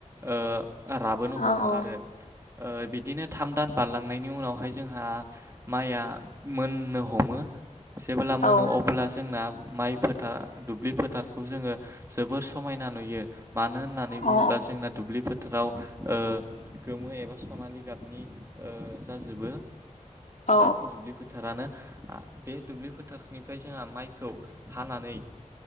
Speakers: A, on the right; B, on the left.
A: ओ राबोनो हमो
B: औ औ
A: आरो। ओ बिदिनो थाम दान बारलांनायनि उनावहाय जोंहा माइया मोननो हमो जेब्ला मोनो
B: औ
A: अब्ला जोंना माइ फोथार दुब्लि फोथारखौ जोङो जोबोर समायना नुयो। मानो होननानै बुङोब्ला
B: औ
A: जोंना दुब्लिफोर फोथाराव ओ गोमो एबा सनालि गाबनि जाजोबो।
B: औ
A: गासै दुब्लि फोथारानो बे दुब्लि फोथारनिफ्राय जोंहा माइखौ हानानै